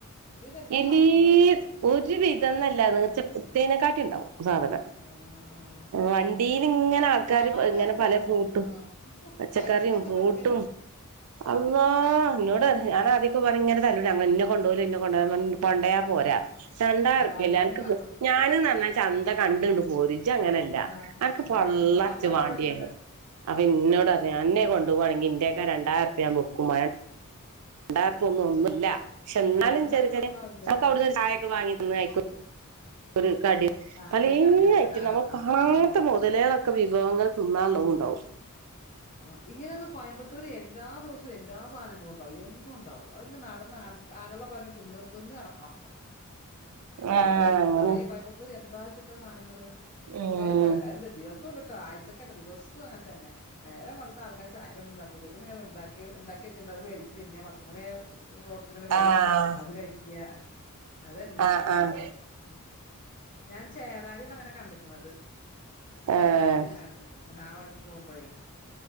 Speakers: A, on the left (about 35°); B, on the right (about 80°).
A: ഒരുവിധം എല്ലാ
B: എലീ
A: സാധനങ്ങളും ഉണ്ടാവും
B: ഒരു വിധംന്നല്ല നീർച്ചക്കിട്ടയേനെക്കാട്ടുംണ്ടാവും സാധനം
A: ആഹ് ആഹ് അത്
B: വണ്ടി
A: ശരി
B: ഇനിങ്ങനെ ആൾക്കാര്
A: കാണാൻ
B: ഇങ്ങനെ
A: രസാണ്
B: പലേ ഫ്രൂട്ടും
A: ആഹ്
B: പച്ചക്കറിം
A: പൈസ തന്നെ
B: ഫ്രൂട്ടും
A: വേണം കയ്യില്
B: അള്ളാ ഇന്നോടര്ഞ്ഞ് ഞാൻ ആദ്യിക്ക പോന ഇങ്ങനെ തല്ല <unintelligible> ഇന്നെ കൊണ്ടോവൂല ഇന്നെ കൊണ്ട് പോ കൊണ്ടയാ പോരാ രണ്ടായ്റപ്യല്ലെ
A: വാങ്ങിക്കാനോ
B: അന്ക്ക് ഡ്രസ്സ്‌ ഞാന് ന്ന് പറഞ്ഞാ ചന്ത കണ്ടണ്ട് പോര് ജി അങ്ങനെല്ല
A: ആഹ്
B: പള്ളർച്ചു
A: ആഹ് നമുക്ക് കണ്ടാ ഒക്കെ
B: വാണ്ടിയെരു
A: മേടിക്കല്ലോ
B: അപ്പൊ ഇന്നോടറ്ഞ്ഞ് അന്നെ കൊണ്ടോവാണെങ്കി ഇന്റെയൊക്കെ രണ്ടായർപ്യ മുക്കും രണ്ടായിർപൊന്നുന്നുല്ല ക്ഷെ ന്നാലും
A: കണ്ടാ
B: ചെറി
A: ഇപ്പൊ
B: ചെറയെ
A: ഒന്നും ആവില്ല
B: <unintelligible>
A: അതന്നെ
B: അവിടുന്ന് ചായൊക്കെ വാങ്ങി <unintelligible> <unintelligible> കടി
A: ആഹ്
B: പലേ
A: എന്റെ കടിയതന്നെ
B: ഐറ്റം
A: ആഹ്
B: നമ്മൾ കാണാത്ത
A: ആഹ് ശരിയാണ്.
B: മുതലളൊക്കെ
A: ആഹ്
B: വിഭവങ്ങൾ തിന്നാനുള്ളതും ഉണ്ടാവും
A: ആ ഇങ്ങനൊന്ന് കോയമ്പത്തൂര് എല്ലാ ദിവസവും എല്ലാ സാധനങ്ങളും ഉണ്ടാ വും എന്നുണ്ടാവും അത്ങ്ങ് നടന്ന് ആ ആരുള്ള ഭാഗം തിന്ന് തിന്ന് നടക്കണം
B: ആഹ് അങ്ങനെ
A: പറയ കോയമ്പത്തൂര് എന്താ ച്ചിട്ട സാനങ്ങള് ഇത്പ്പൊ
B: ഉം
A: ഇതേപോലെന്നെ ദിവസുണ്ട്ട്ടാ ആഴ്ചക്കല്ല ദിവസവും അങ്ങനെ തന്നെ നേരം വെളുത്ത ആൾക്കാര് ചായം കനണ്ടാക്കുലേ ത്ങ്ങനെ ഉണ്ടാക്കി ഉണ്ടാക്കി വച്ചിണ്ട് അത് വേവിച്ച് പിന്നെ പത്ത് മണിയായ റോട്ട്ങ്ങനെ വരും
B: ആഹ്
A: അത് കഴിക്ക അതെന്നെ
B: ആഹ്
A: സംഭവം
B: ആഹ്
A: ഉം ഞാൻ ചേറാരിയൊന്നങ്ങനെ കണ്ട്ക്കണത്. ചേറാരിലിങ്ങനെ
B: ആഹ്
A: കണ്ടണ്ട്. അങ്ങനെ ആ വഴി. പോവുമ്പഴേ.